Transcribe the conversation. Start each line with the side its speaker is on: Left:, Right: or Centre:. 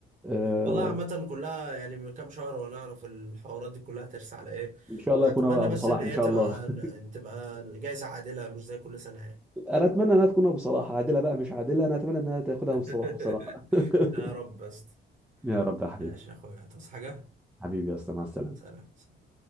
Centre: آه
Right: والله عامة كلها يعني من كام شهر وانا اعرف الحوارات دي كلها ترسى على ايه
Centre: ان شاء الله
Right: اتمنى
Centre: يكون بقى ابو
Right: بس
Centre: صلاح
Right: ان هي
Centre: ان شاء
Right: تبقى
Centre: الله <laughs>
Right: تبقى جايزة عادلة مش زي كل سنة يعني
Centre: انا اتمنى انها تكون ابو صلاح عادله بقى مش عادله انا اتمنى انها تاخدها
Right: <laughs>
Centre: ابو صلاح بصراحه <laughs>
Right: يا رب بس
Centre: يا رب يا حبيبي
Right: ماشي يا اخويا تصحى حاجة
Centre: حبيبي يا اسطى مع السلامة
Right: سلام